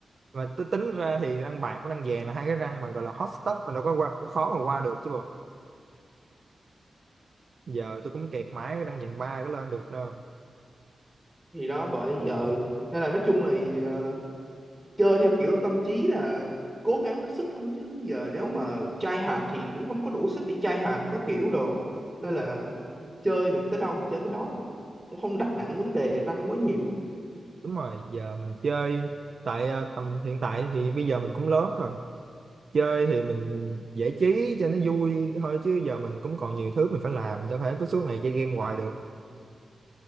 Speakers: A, on the right; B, in the centre.
A: mà tôi tính ra thì răng bạc với răng vàng là hai cái răng mà gọi là hot stuff mà đâu có qua cũng khó mà qua được chứ bộ giờ tôi cũng kẹt mãi cái răng vàng ba cái lên được đâu
B: thì đó bởi giờ nên là nói chung là ờ, chơi theo kiểu tâm trí là cố gắng hết sức thôi chứ giờ nếu mà chai hạt thì cũng không có đủ sức để chai hạt các kiểu đồ nên là chơi được tới đâu thì chơi tới đó thôi cũng không đặt nặng vấn đề răng quá nhiều
A: đúng rồi giờ mình chơi tại ờ, tầm hiện tại thì bây giờ mình cũng lớn rồi chơi thì mình giải trí cho nó vui thôi chứ giờ mình cũng còn nhiều thứ mình phải làm đâu phải cứ suốt ngày chơi game hoài được